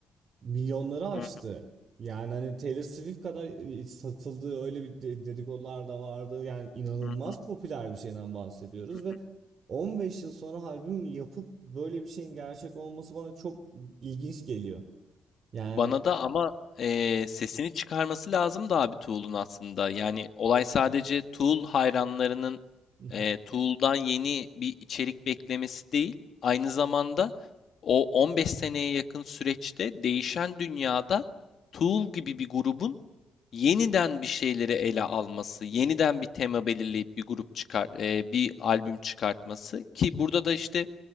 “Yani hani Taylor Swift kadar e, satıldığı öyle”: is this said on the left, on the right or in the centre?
Right